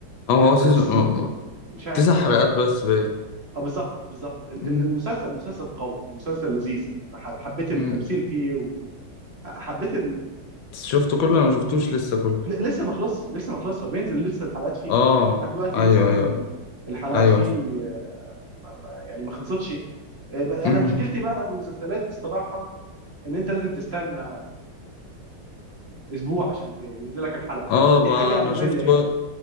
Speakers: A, on the left (about 75°); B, on the right (about 35°).
A: اه ما
B: آه،
A: هو
B: ولا
A: سيزون
B: سيزون 2 مش فاكر
A: تسع حلقات
B: اه
A: بس باين
B: آه، بالظبط بالظبط ال-
A: مم.
B: ال- المسلسل مسلسل قوي مسلسل لذيذ يعني انا حب- حبيت
A: مم.
B: التمثيل فيه وحبيت
A: شفته كله انا ما شفتوش لسه كله
B: ل- لسه ما خلصش لسه ما خلصش فبينزل لسه الحلقات فيه
A: اه
B: يعني لحد دلوقتي
A: ايوه
B: لسه بينزل
A: ايوه
B: الحلقات
A: ايوه
B: فيه آه، ما- ما- يعني ما خلصتش آه، بقى- انا
A: مم.
B: مشكلتي بقى في المسلسلات دي الصراحه ان انت لازم تستنى اسبوع عشان ت- ينزل لك الحلقه
A: اه
B: فدي
A: ما
B: حاجه
A: انا
B: ممله
A: شفت
B: يعني
A: بقى